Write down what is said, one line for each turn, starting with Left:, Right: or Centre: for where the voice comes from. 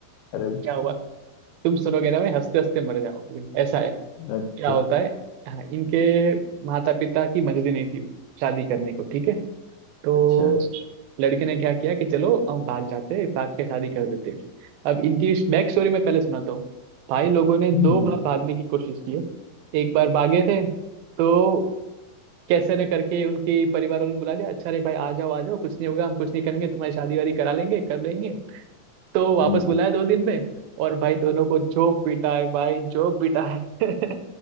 Left: अरे
Right: क्या हुआ तुम सुनोगे ना मैं हंसते हंसते मर जाओगे ऐसा है
Left: अच्छा
Right: क्या होता है हाँ, इनके माता पिता की मर्जी नहीं थी शादी करने को ठीक है तो
Left: अच्छा
Right: लड़के ने क्या किया कि चलो हम भाग जाते हैं भाग के शादी कर देते हैं अब इनकी बैक स्टोरी मैं पहले सुनाता हूँ भाई लोगों ने दो
Left: हम्म
Right: बार भागने की कोशिश की है एक बार भागे थे तो कैसे न करके उनके परिवारों ने बुला दिया अच्छा रे भाई आ जाओ आ जाओ कुछ नहीं होगा हम कुछ नहीं करेंगे तुम्हारी शादी वादी करा लेंगे कर लेंगे तो वापस
Left: हम्म।
Right: बुलाया दो दिन में और भाई दोनों को जो पीटा है भाई जो पीटा है <laughs>